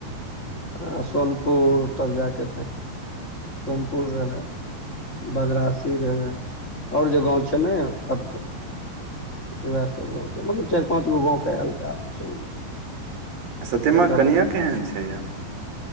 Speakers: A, on the left (about 80°); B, on the right (about 50°).
A: आ सोनपुर तब जाके सोनपुर रहै बदरासी रहै आओर जे गाँव छै तऽ नहि अप उएह सब गाँव के सब मतलब चारि पाँच गो गाँंवके आयल रहे आदमी सब
B: आ सत्यमा
A: जकरा
B: के कनियाँ
A: जकरा
B: केहन छै यौ